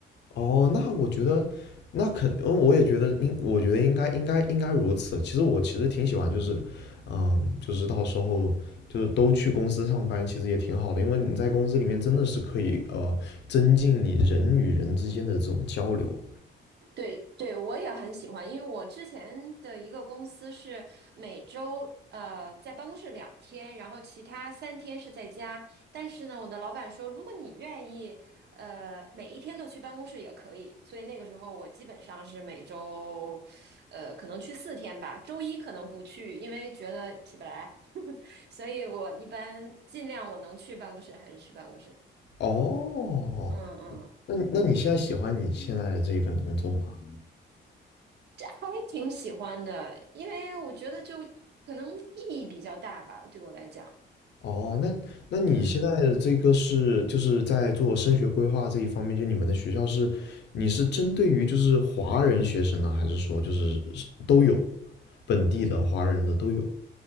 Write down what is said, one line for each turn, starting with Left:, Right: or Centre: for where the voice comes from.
Left: 哦，那我觉得，那肯，嗯，我也觉得应，我觉得应该，应该，应该如此。其实我其实挺喜欢，就是，嗯，就是到时候就是都去公司上班，其实也挺好的，因为你在公司里面真的是可以，呃，增进你人与人之间的这种交流。
Right: 对对，我也很喜欢，因为我之前的一个公司是每周呃在办公室两天，然后其他三天是在家。但是呢，我的老板说，如果你愿意，呃，每一天都去办公室也可以。所以那个时候我基本上是每周，呃，可能去四天吧，周一可能不去，因为觉得起不来。所以我一般尽量我能去办公室还是去办公室。
Left: 哦，
Right: 嗯嗯，
Left: 那你那你现在喜欢你现在的这一份工作吗？
Right: 这还挺喜欢的，因为我觉得就可能意义比较大吧，对我来讲。
Left: 哦，那那你现在的这个是就是在做升学规划这一方面，
Right: 嗯
Left: 就你们的学校是你是针对于就是华人学生呢，还是说就是都有本地的华人的都有？